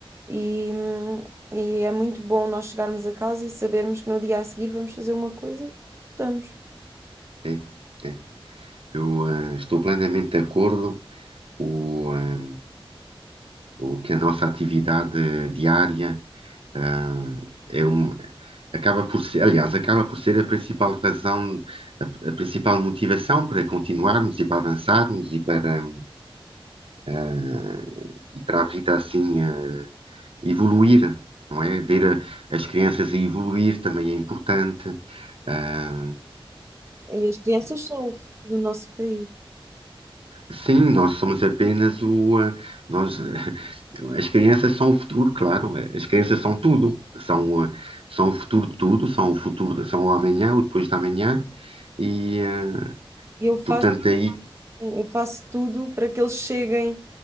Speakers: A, on the right; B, on the right.
A: e, hum, e é muito bom nós chegarmos a casa e sabermos que no dia a seguir vamos fazer uma coisa, estudamos.
B: É, é. Eu eh, estou plenamente de acordo. O, eh, o que a nossa atividade diária ah, é um, acaba por ser, aliás, acaba por ser a principal razão, a, a principal motivação para continuarmos e para avançarmos e para, ah, e para a vida assim ah, evoluir, não é? Ver a- as crianças a evoluir também é importante. eh,
A: E as crianças são o futuro do nosso país.
B: Sim, nós somos apenas o. eh, Nós, eh, as crianças são o futuro, claro. eh, As crianças são tudo. São, eh, são o futuro de tudo, são o futuro, de- são o amanhã, o depois da amanhã. E, eh,
A: E eu faço,
B: portanto, aí.
A: eu faço tudo para que eles cheguem